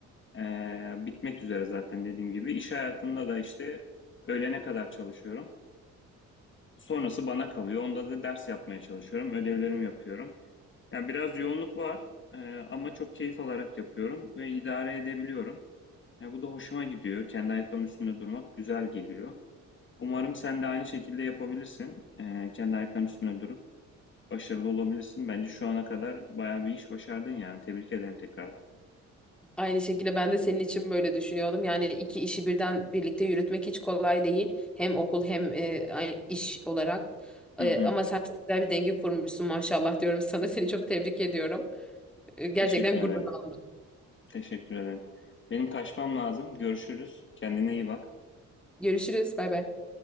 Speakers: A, on the left; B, in the centre.
A: Ee, bitmek üzere zaten dediğim gibi. İş hayatında da işte öğlene kadar çalışıyorum. Sonrası bana kalıyor. Onda da ders yapmaya çalışıyorum. Ödevlerimi yapıyorum. Yani biraz yoğunluk var e, ama çok keyif alarak yapıyorum ve idare edebiliyorum. Yani bu da hoşuma gidiyor. Kendi ayaklarımın üstünde durmak güzel geliyor. Umarım sen de aynı şekilde yapabilirsin. E, kendi ayaklarının üstünde durup başarılı olabilirsin. Bence şu ana kadar bayağı bir iş başardın yani. Tebrik ederim tekrardan.
B: Aynı şekilde ben de senin için böyle düşünüyordum. Yani iki işi birden birlikte yürütmek hiç kolay değil. Hem okul hem e, ay- iş olarak. E,
A: Hı hı.
B: ama sen çok güzel bir denge kurmuşsun maşallah diyorum sana. <laughs> Seni çok tebrik ediyorum. E, gerçekten
A: Teşekkür ederim.
B: gurur aldım.
A: Teşekkür ederim. Benim kaçmam lazım. Görüşürüz. Kendine iyi bak.
B: Görüşürüz. Bay bay.